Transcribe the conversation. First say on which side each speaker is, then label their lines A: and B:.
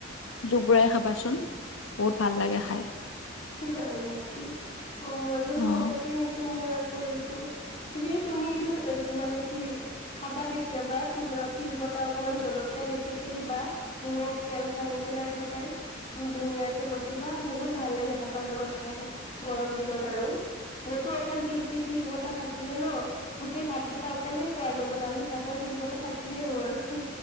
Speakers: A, on the left; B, on the left.
A: লুবুৰাই খাবাচোন বহুত ভাল লাগে খাই।
B: হয় নেকি অ মইয়ো চবতকে
A: অ
B: কিন্তু মোৰ এইটো তুমি এইটো মানে কি খাবা কেতিয়াবা তিলৰ তিল বত টা অকমান জলকীয়া বেছিকে দিবা নিমখ তেল সানি পেলাই গোটাই ধুনীয়াকে বটিবা বহুত ভাল লাগে ভাতৰ লগত খাই। গৰম দিনত আৰু মোৰতো অকল তিলপিত তিল পতা থাকিলে ন গোটেই ভাতকেইটা অকলেই খোৱা যাব দালি ভাত আৰু তিল পতা থাকিলেই হ'ল। স